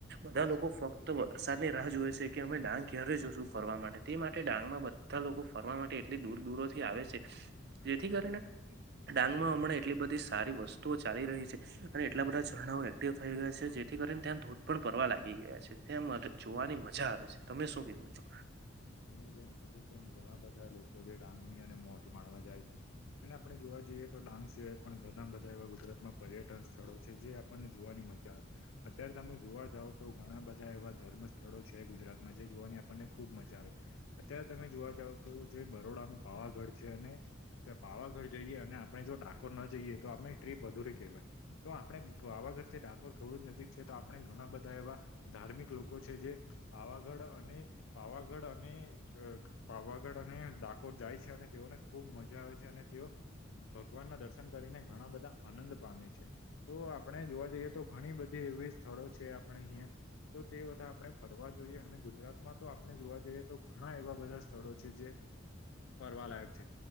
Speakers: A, on the right; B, on the left.
A: બધા લોકો ફક્ત વરસાદની રાહ જોવે છે કે અમે ડાંગ ક્યારે જોશું ફરવા માટે તે માટે ડાંગમાં બધા લોકો ફરવા માટે એટલી દૂર દૂરોથી આવે છે જેથી કરીને ડાંગ હમણાં એટલી બધી સારી વસ્તુઓ ચાલી રહી છે. અને એટલા બધા ઝરણાઓ એક્ટિવ થઈ ગયા છે જેથી કરીને ત્યાં ધોધ પણ પરવા લાગી ગયા છે. એમ જોવાની મજા આવે છે તમે શું કેવું છો?
B: તમે જેમ કીધું એમ ઘણા બધા લોકો જે ડાન્ મ અને મોજ માણવા જાય છે. અને આપડે જોવા જઈએ તો ડાંગ સિવાય પણ ઘણા બધા એવા ગુજરાતમાં પર્યટન સ્થળો છે જે આપણને જોવાની મજા આવે અત્યારે તમે જોવા જાવ તો ઘણા બધા એવા ધર્મ સ્થળો છે ગુજરાતમાં જે જોવાની આપણને ખુબ મજા આવે અત્યારે તમે જોવા જાવ તો જે બરોડાનું પાવાગઢ છે અને ત પાવાગઢ જઈએ અને આપણે જો ડાકોર ન જઈએ તો આપણી ટ્રીપ અધુરી કહેવાય તો આપડણે પાવાગઢથી ડાકોર થોડું જ નજીક તો આપણે ઘણા બધા એવા ધાર્મિક લોકો છે જે પાવાગઢ અને પાવાગઢ પાવાગઢ અને ડાકોર જાય છે અને તેઓને ખુબ મજા આવે છે અને તેઓ ભગવાન ના દર્શન કરીને ઘણા બધા આનંદ પામે છે તો આપણે જોવા જઈએ તો ઘણી બધી એવી સ્થળો છે, આપણે અહિયા તો તે બધા આપણે ફરવા જોઈએ અને ગુજરાતમાં તો આપણે જોવા જઈએ. તો ઘણા એવા બધા સ્થળો છે જે ફરવાલાાયક છે